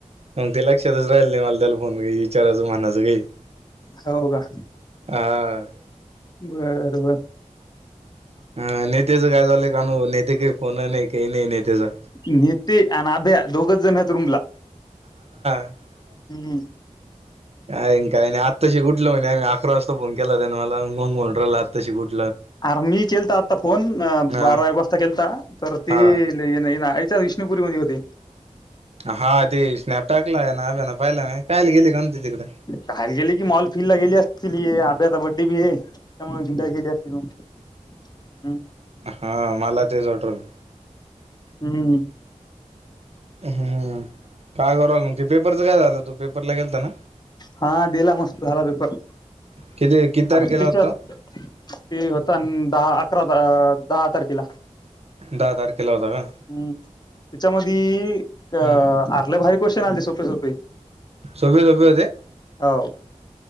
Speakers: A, on the right (about 55°); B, on the left (about 35°).
A: मग ते लक्षातच राहिल नाही, मला त्याला फोन ई ईचाराचं म्हणाचं काही.
B: हो का?
A: हा
B: बर बर.
A: अ नेत्याचं काय झालंय? <unintelligible> नेते काही फोन नाही काही नाही नेत्याचा.
B: नीती अन आभ्या दोघच जण आहेत रूमला
A: <inaudible>
B: हम्म हम्म.
A: काय अन काय नाही आत्ताशी कुठल म्हणे अकरा वाजता फोन केला त्यान मला मंग म्हणू राला आत्ताशी कुठ
B: आर मी केलता आत्ता फोन अ
A: हा
B: बारा एक वाजता केलता तर ते
A: हा
B: ले ये ना <unintelligible> त विष्णुपुरीमध्ये होते
A: हा ते स्नॅप टाकलाय ना अभ्यान पाहिला मी कायला गेली का ते तिकडे.
B: बाहेर गेली कि मॉल फिल ला गेली असतील ये त्याचा बर्थडे बी ये त्यामुळे हिंडायला गेली असतील म.
A: हा मला तेच वाटू राहिल
B: हम्म.
A: हम्म काय करालाव मग? ते पेपरच काय झालं? तू पेपरला गेलता ना?
B: हा दिला मस्त झाला पेपर.
A: किती किती तारखेला
B: आर तिच्यात
A: होता तो
B: ते होता न दहा अकरा अ दहा तारखेला
A: दहा तारखेला होता का?
B: हम्म त्याच्यामध्ये
A: हम्म
B: अ आर लाई भारी क्वेश्चन आलते सोपे सोपे.
A: सगळे सोपे होते?
B: हो.